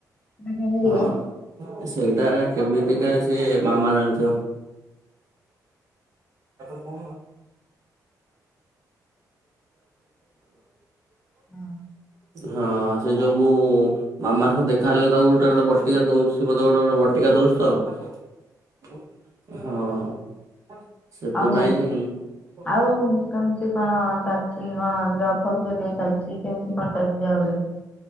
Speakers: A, on the left; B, on the right.
A: ସେଟା କେମିତିକା?
B: ହଁ ସେଇଟା କେମିତି? କାଇଁ ସେ ମାମା ଜାଣିଥିବ। ହେଲୋ।
A: ହଁ।
B: ହଁ ସେ ଯୋଉ ମୁଁ ମାମା ସହ ଦେଖା। ଖା ହେଲେ ତାକୁ ଗୋଟେ ଗୋଟେ ବଟିକା ଦଉଛି ସେ ମତେ ଗୋଟେ ଗୋଟେ ବଟିକା ଦଉଛି ତ। ହଁ ସେଥିପାଇଁ।
A: ଆଉ ଆଉ କେମତି କଣ ଚାଲିଛି କଣ ଜବ୍ ଫବ୍ ଚାଲିଛି କେମିତି କଣ ଚାଲିଛି? ଏବେ।